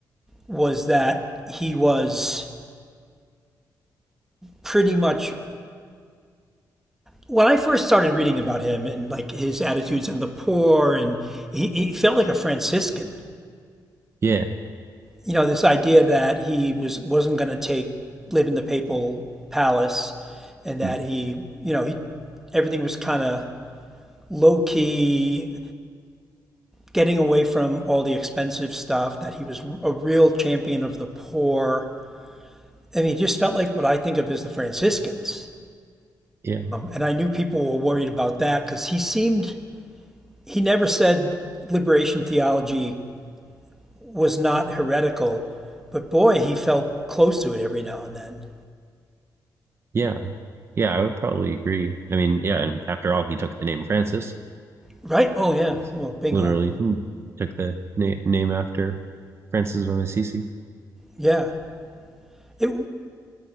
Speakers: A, in the centre; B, on the right.
A: was that he was pretty much when I first started reading about him and like his attitudes on the poor, and he, he felt like a Franciscan.
B: yeah,
A: You know, this idea that he was wasn't going to take live in the papal palace, and that
B: mm,
A: he, you know, he everything was kind of low key, getting away from all the expensive stuff, that he was a real champion of the poor. I mean, he just felt like what I think of as the Franciscans.
B: yeah,
A: And I knew people were worried about that because he seemed, he never said liberation theology was not heretical, but boy, he felt close to it every now and then.
B: yeah, yeah. I would probably agree. I mean, yeah, and after all, he took the name Francis.
A: Right? Oh, yeah.
B: He's
A: Well, bingo.
B: literally hmm, took the na name after Francis of Assisi.
A: Yeah. It,